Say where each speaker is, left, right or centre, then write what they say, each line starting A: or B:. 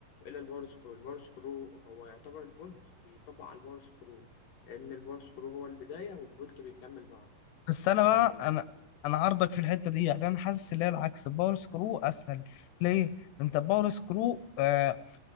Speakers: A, on the left; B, on the left.
A: الا البار سكرو البار سكرو هو يعتبر البولت بيطبق على البار سكرو لان البار سكرو هو البدايه والبولت بيكمل بعده
B: بس انا
A: فكان
B: بقى انا انا عارضك في الحته دي يعني انا حاسس ان هي العكس الباور سكرو اسهل ليه انت الباور سكرو آه